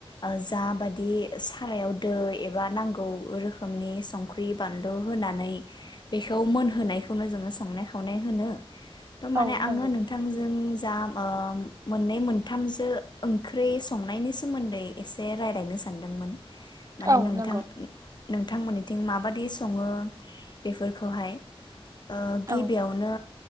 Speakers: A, on the left; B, on the right.
A: ओ जाबादि सारायाव दै एबा नांगौ रोखोमनि संख्रि बानलु होनानै बेखौ मोनहोनायखौनो जोङो संनाय खावनाय होनो। थारमाने
B: औ
A: आङो
B: नंगौ
A: नोंथांजों जा ओ मोननै मोनथामजो ओंख्रि संनायनि सोमोन्दै एसे रायलायनो सानदोंमोन। माने
B: औ
A: नोंथां
B: नंगौ
A: नोंथांमोननिथिं माबादि सङो बेफोर खौहाय। ओ
B: औ
A: गिबियावनो